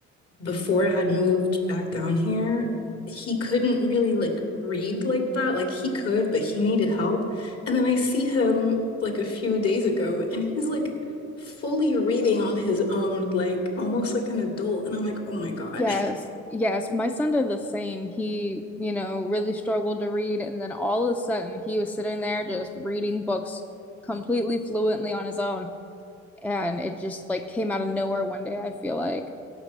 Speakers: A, on the left (about 50°); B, in the centre.
A: before I had moved back down here, he couldn't really like read like that. Like he could, but he needed help. And then I see him like a few days ago and he's like fully reading on his own, like almost like an adult. And I'm like, oh my God.
B: Yes, yes. My son did the same. He, you know, really struggled to read, and then all of a sudden he was sitting there just reading books completely fluently on his own. And it just like came out of nowhere one day, I feel like.